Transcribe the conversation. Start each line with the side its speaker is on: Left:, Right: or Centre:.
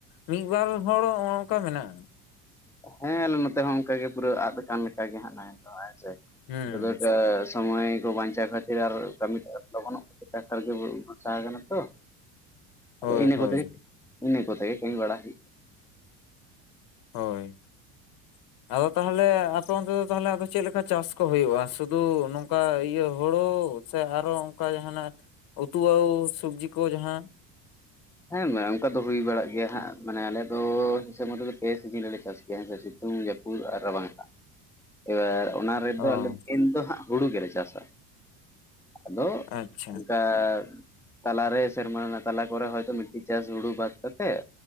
Left: ᱢᱤᱫ ᱵᱟᱨ ᱦᱚᱲ <unintelligible> ᱢᱮᱱᱟᱜᱼᱟ᱾
Centre: ᱦᱮᱸ ᱟᱞᱮ ᱱᱚᱛᱮ ᱦᱚᱸ ᱚᱝᱠᱟ ᱜᱮ ᱯᱩᱨᱟᱹ ᱟᱫ ᱟᱠᱟᱱ ᱞᱮᱠᱟ ᱜᱮ ᱦᱟᱸᱜ ᱱᱟᱦᱮᱞ ᱫᱚ ᱦᱮ ᱥᱮ,
Left: ᱦᱩᱸ
Centre: <unintelligible> ᱥᱚᱢᱚᱭ ᱠᱚ ᱵᱟᱧᱪᱟᱣ ᱠᱷᱛᱤᱨ ᱟᱨ ᱠᱟᱹᱢᱤ ᱞᱚᱜᱚᱱᱚᱜ ᱴᱨᱟᱠᱴᱟᱨ ᱜᱮ ᱵᱚᱨᱥᱟ ᱟᱠᱟᱱᱟ ᱛᱚ
Left: ᱦᱳᱭ
Centre: ᱤᱱᱟᱹ
Left: ᱦᱳᱭ
Centre: ᱠᱚᱛᱮ ᱤᱱᱟᱹ ᱠᱚᱛᱮ ᱜᱮ ᱠᱟᱹᱢᱤ ᱵᱟᱲᱟ ᱦᱩᱭᱩᱜ
Left: ᱦᱳᱭ, ᱟᱫᱚ ᱛᱟᱦᱮ ᱛᱟᱦᱚᱞᱮ ᱟᱯᱮ ᱚᱱᱛᱮ ᱫᱚ ᱛᱟᱦᱚᱞᱮ ᱟᱫᱚ ᱪᱮᱫ ᱞᱮᱠᱟ ᱪᱟᱥ ᱠᱚ ᱦᱩᱭᱩᱜᱼᱟ, ᱥᱩᱫᱷᱩ ᱱᱚᱝᱠᱟ ᱤᱭᱟᱹ ᱦᱳᱲᱳ ᱥᱮ ᱟᱨᱚ ᱚᱱᱠᱟ ᱡᱟᱦᱟᱱᱟᱜ ᱩᱛᱩ <unintelligible> ᱥᱚᱵᱡᱤ ᱠᱚ ᱡᱟᱸᱦᱟᱸ
Centre: ᱦᱮᱸ ᱚᱱᱠᱟ ᱫᱚ ᱦᱩᱭ ᱵᱟᱲᱟᱜ ᱜᱮᱭᱟ ᱦᱟᱸᱜ, ᱢᱟᱱᱮ ᱟᱞᱮᱭᱟᱜ ᱫᱚ ᱦᱤᱥᱟᱹᱵ ᱢᱚᱛᱚ ᱫᱚ ᱯᱮ ᱥᱤᱡᱤᱱ ᱨᱮᱞᱮ ᱪᱟᱥ ᱜᱮᱭᱟ ᱦᱮᱸ ᱥᱮ <inaudible> ᱛᱩᱝ, ᱡᱮᱯᱩᱫ ᱟᱨ ᱨᱟᱵᱟᱝ ᱴᱟᱜ᱾ ᱮᱵᱟᱨ ᱚᱱᱟ ᱨᱮᱫᱚ
Left: ᱚ
Centre: ᱟᱞᱮ ᱠᱤᱱ ᱫᱚ ᱦᱟᱸᱜ ᱦᱩᱲᱩ ᱜᱮᱞᱮ ᱪᱟᱥᱟ, ᱟᱫᱚ
Left: ᱟᱪᱪᱷᱟ᱾
Centre: ᱚᱱᱠᱟ ᱛᱟᱞᱟᱨᱮ ᱥᱮᱨᱢᱟ ᱨᱮᱱᱟᱜ ᱛᱟᱞᱟ ᱠᱚᱨᱮ ᱦᱚᱭ ᱛᱚ ᱢᱤᱫᱴᱤᱡ ᱪᱟᱥ ᱦᱩᱲᱩ ᱵᱟᱫ ᱠᱟᱛᱮᱜ,